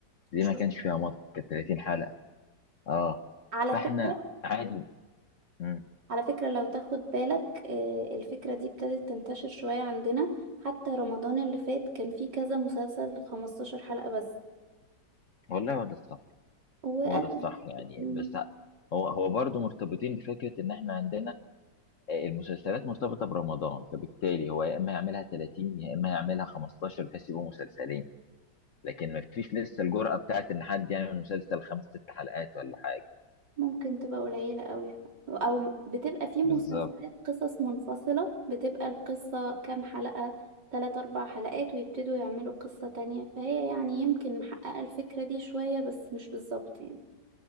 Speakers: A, on the left; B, on the right.
A: دي
B: شفت
A: ما كانش فيها مط كانت 30 حلقة اه
B: على
A: فاحنا
B: فكرة
A: عادي مم.
B: على فكرة لو تاخد بالك آه، الفكرة دي ابتدت تنتشر شوية عندنا حتى رمضان اللي فات كان فيه كذا مسلسل 15 حلقة بس
A: والله هو ده الصح
B: وقال
A: هو ده الصح يعني
B: مم،
A: بس هو هو برضه مرتبطين بفكرة ان احنا عندنا آه، المسلسلات مرتبطة برمضان فبالتالي هو يا اما يعملها 30 يا اما يعملها 15 بحيث يبقوا مسلسلين لكن ما فيش لسه الجرأة بتاعت ان حد يعمل مسلسل خمس ست حلقات ولا حاجة
B: ممكن تبقى قليلة قوي او بتبقى فيه مسلسلات
A: بالظبط
B: قصص منفصلة بتبقى القصة كام حلقة تلات اربع حلقات ويبتدوا يعملوا قصة تانية فهي يعني يمكن محققة الفكرة دي شوية بس مش بالظبط يعني